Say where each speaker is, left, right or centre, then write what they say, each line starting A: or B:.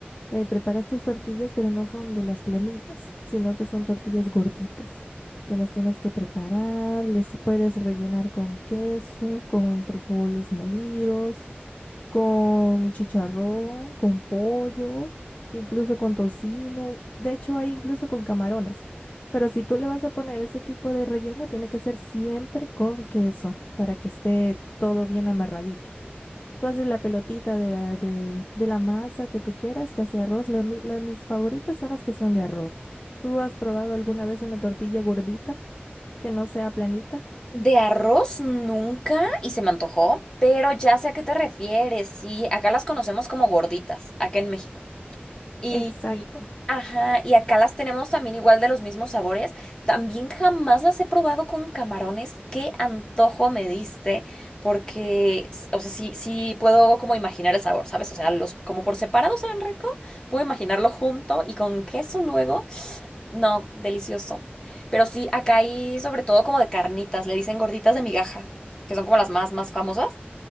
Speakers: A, on the left (about 35°); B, on the left (about 20°).
A: eh, preparas tus tortillas, pero no son de las planitas, sino que son tortillas gorditas, que las tienes que preparar, les puedes rellenar con queso, con frijoles molidos, con chicharrón, con pollo, incluso con tocino, de hecho hay incluso con camarones. Pero si tú le vas a poner ese tipo de relleno, tiene que ser siempre con queso para que esté todo bien amarradito. Tú haces la pelotita de, de, de la masa que tú quieras, ya sea arroz. Las, mi- las- mis favoritas son las que son de arroz. ¿Tú has probado alguna vez una tortilla gordita que no sea planita?
B: De arroz nunca y se me antojó, pero ya sé a qué te refieres. Sí, acá las conocemos como gorditas, acá en México. Y,
A: Exacto.
B: y- ajá, y acá las tenemos también igual de los mismos sabores. También jamás las he probado con camarones. Qué antojo me diste, porque, s- o sea, sí, sí puedo como imaginar el sabor, ¿sabes? O sea, los como por separado saben rico, puedo imaginarlo junto y con queso luego. No, delicioso. Pero sí, acá hay sobre todo como de carnitas, le dicen gorditas de migaja, que son como las más, más famosas.